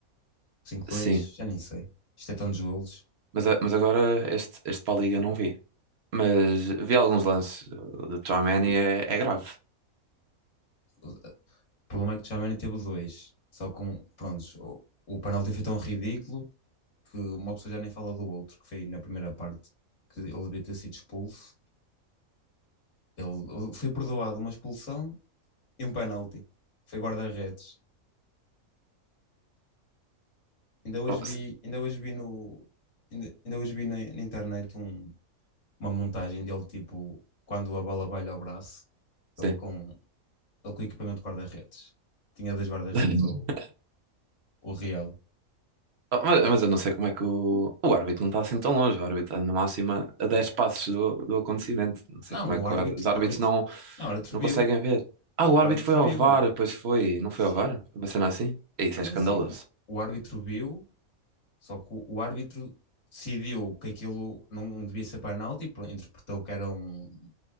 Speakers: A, on the left; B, on the right.
A: 5 dois
B: Sim,
A: já nem sei. Isto é tantos golos.
B: mas, a- mas agora este, este para a Liga não vi. Mas vi alguns lances do Tchouaméni, é, é grave.
A: O problema é que o Tchouaméni teve dois. Só com, prontos, o, o penalti foi tão ridículo que uma pessoa já nem fala do outro, que foi na primeira parte, que ele devia ter sido expulso. Ele foi perdoado uma expulsão e um penalti. Foi guarda-redes. Ainda hoje
B: Oh,
A: vi,
B: si-
A: ainda hoje vi no, ainda, ainda hoje vi na, na internet um, uma montagem dele, tipo, quando a bola vai ao braço,
B: sim.
A: ele com, ele com equipamento de guarda-redes. Tinha dois guarda-redes,
B: <laughs>
A: o, o Real.
B: Oh, mas, mas eu não sei como é que o, o árbitro não está assim tão longe. O árbitro está na máxima a 10 passos do, do acontecimento. Não sei
A: Não,
B: como é que
A: o árbitro,
B: o ar- os árbitros
A: o árbitro,
B: não,
A: não, o árbitro
B: não
A: viu,
B: conseguem ver. Ah, o
A: o
B: árbitro
A: árbitro
B: foi ao
A: viu.
B: VAR, pois foi. Não
A: Sim,
B: foi ao VAR? Foi Uma cena assim? Isso
A: sim,
B: é escandaloso.
A: sim. O árbitro viu, só que o, o árbitro decidiu que aquilo não devia ser penalti, e interpretou que era um